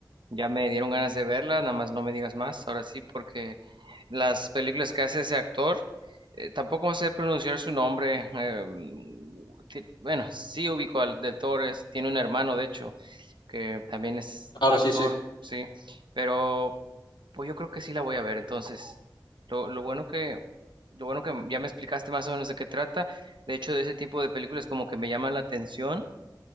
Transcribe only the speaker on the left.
Claro,
sí, sí.